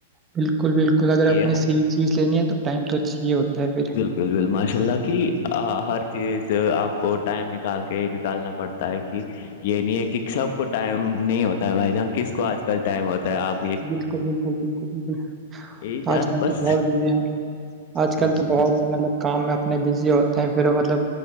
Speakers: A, on the right; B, on the left.
A: بالکل بالکل اگر
B: کہ
A: آپ نے صحیح چیز لینی ہے تو ٹائم تو اچھی ہی ہوتا ہے پھر
B: بل بل ماشاء اللہ کی ہر چیز آپ کو ٹائم نکال کے ہی نکالنا پڑتا ہے کہ یہ نہیں ہے کہ سب کو ٹائم نہیں ہوتا ہے بھائی جہان کس کو آج کل ٹائم ہوتا ہے آپ کو
A: بالکل بالکل بالکل بالکل
B: یہی چاہ
A: آج کل
B: بس
A: تو بہت بزی ہیں لوگ آج
B: بالکل
A: کل تو بہت مطلب کام میں اپنے بزی ہوتے ہیں پھر مطلب